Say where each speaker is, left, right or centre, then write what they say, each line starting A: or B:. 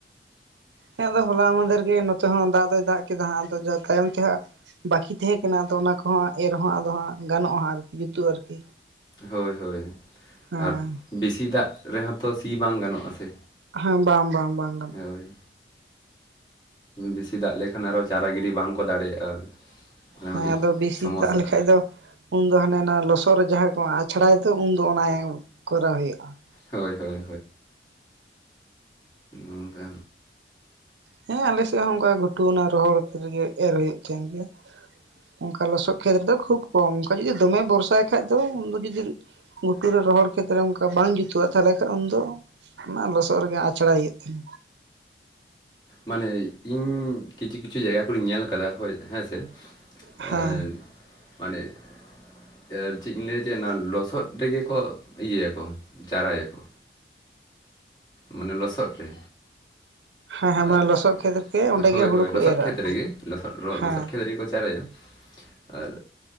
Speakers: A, on the right (about 85°); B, on the left (about 25°).
A: ᱦᱮᱸ ᱟᱫᱚ ᱦᱚᱞᱟ ᱢᱫᱷᱮᱨ ᱜᱮ ᱱᱚᱛᱮ ᱦᱚᱸ ᱫᱟᱜ ᱫᱚᱭ ᱫᱟᱜ ᱠᱮᱫᱟ ᱦᱟᱸᱜ ᱟᱫᱚ ᱡᱟᱦᱟ ᱛᱟᱭᱚᱢ ᱛᱮ ᱦᱟᱸᱜ ᱵᱟᱠᱤ ᱛᱟᱦᱮᱸ ᱠᱟᱱᱟ ᱟᱫᱚ ᱚᱱᱟ ᱠᱚᱦᱚ ᱮᱨ ᱨᱮᱦᱚᱸ ᱟᱫᱚ ᱦᱟᱸᱜ ᱜᱟᱱᱚᱜᱼᱟ ᱟᱨᱠᱤ ᱡᱩᱛᱩᱜ-ᱟ ᱟᱨᱠᱤ
B: ᱦᱳᱭ ᱦᱳᱭ
A: ᱦᱮᱸ
B: ᱟᱨ ᱵᱮᱥᱤ ᱫᱟᱜ ᱨᱮᱦᱚᱸ ᱛᱚ ᱥᱤ ᱵᱟᱝ ᱜᱟᱱᱚᱜ-ᱟ ᱥᱮ
A: ᱦᱮᱸ ᱵᱟᱝ ᱵᱟᱝ ᱵᱟᱝ ᱜᱟᱱ
B: ᱦᱳᱭ ᱵᱮᱥᱤ ᱫᱟᱜ ᱞᱮᱠᱷᱟᱱ ᱟᱨᱚ ᱪᱟᱨᱟ ᱜᱤᱰᱤ ᱵᱟᱝ ᱠᱚ ᱫᱟᱲᱮᱭᱟᱜᱼᱟ ᱚᱱᱟ
A: ᱦᱮᱸ
B: ᱢᱤᱫᱴᱤᱡ
A: ᱟᱫᱚ ᱵᱮᱥᱤ
B: ᱥᱚᱢᱚᱥᱥᱟᱜᱼᱟ
A: ᱫᱟᱜ ᱞᱮᱠᱷᱟᱡ ᱫᱚ ᱩᱱᱫᱚ ᱦᱟᱱᱮ ᱚᱱᱟ ᱞᱚᱥᱚᱫ ᱨᱮ ᱡᱟᱦᱟᱸ ᱠᱚ ᱟᱪᱷᱲᱟᱭ ᱫᱚ ᱩᱱᱫᱚ ᱚᱱᱟ ᱠᱚᱨᱟᱣ ᱦᱩᱭᱩᱜᱼᱟ ᱦᱮ
B: ᱦᱳᱭ ᱦᱳᱭ ᱚᱱᱠᱟ
A: ᱦᱮᱸ ᱟᱞᱮ ᱥᱮᱫ ᱦᱚᱸ ᱚᱱᱠᱟ ᱜᱷᱩᱴᱩᱣᱱᱟ ᱨᱚᱦᱚᱲ ᱨᱮᱜᱮ ᱮᱨ ᱦᱩᱭᱩᱜ ᱛᱟᱦᱮᱸᱱ ᱜᱮᱭᱟ ᱚᱱᱠᱟ ᱞᱚᱥᱚᱫ ᱠᱷᱮᱛ ᱨᱮᱫᱚ ᱠᱷᱩᱵ ᱠᱚᱢ ᱚᱱᱠᱟ ᱡᱩᱫᱤ ᱫᱚᱢᱮ ᱵᱷᱚᱨᱥᱟᱭ ᱠᱷᱟᱡ ᱫᱚ ᱩᱱᱫᱚ ᱡᱩᱫᱤ ᱜᱩᱴᱩ ᱨᱮ ᱨᱚᱦᱚᱲ ᱠᱷᱮᱛ ᱨᱮ ᱚᱱᱠᱟ ᱵᱟᱝ ᱡᱩᱛᱩᱜᱼᱟ ᱛᱟᱦᱚᱞᱮ ᱠᱷᱟᱱ ᱩᱱᱫᱚ ᱚᱱᱟ ᱞᱚᱥᱚᱫ ᱨᱮᱜᱮ ᱟᱪᱷᱲᱟᱭ ᱦᱩᱭᱩᱜ ᱛᱟᱦᱮᱱ
B: ᱢᱟᱱᱮ ᱤᱧ ᱠᱤᱪᱷᱩ ᱠᱤᱪᱷᱩ ᱡᱟᱭᱜᱟ ᱠᱚᱨᱮᱧ ᱧᱮᱞ ᱟᱠᱟᱫᱟ ᱦᱳᱭ ᱦᱮᱸ ᱥᱮ <unintelligible>
A: ᱦᱮᱸ
B: ᱢᱟᱱᱮ ᱪᱮᱫ ᱤᱧ ᱞᱟᱹᱭ ᱪᱮᱫ ᱚᱱᱟ ᱞᱚᱥᱚᱫ ᱨᱮᱜᱮ ᱠᱚ ᱤᱭᱟᱹᱭᱟᱠᱚ ᱪᱟᱨᱟᱭᱟᱠᱚ ᱢᱟᱱᱮ ᱞᱚᱥᱚᱫ ᱨᱮ
A: ᱦᱮᱸ ᱦᱮᱸ ᱢᱟᱱᱮ
B: ᱟᱨ
A: ᱞᱚᱥᱚᱫ ᱠᱷᱮᱛ ᱨᱮᱜᱮ ᱚᱸᱰᱮ
B: ᱦᱳᱭ
A: ᱜᱮ ᱦᱩᱲᱩ
B: ᱦᱳᱭ
A: ᱠᱚ
B: ᱞᱚᱥᱚᱫ
A: ᱮᱨᱟ
B: ᱠᱷᱮᱛ
A: ᱟᱨᱠᱤ
B: ᱨᱮᱜᱮᱜ ᱥᱚᱫ
A: ᱦᱮᱸ
B: ᱞᱚᱥᱚᱫ ᱠᱷᱮᱛ ᱨᱮᱜᱮ ᱠᱚ ᱪᱟᱨᱟᱭᱟ ᱟᱨ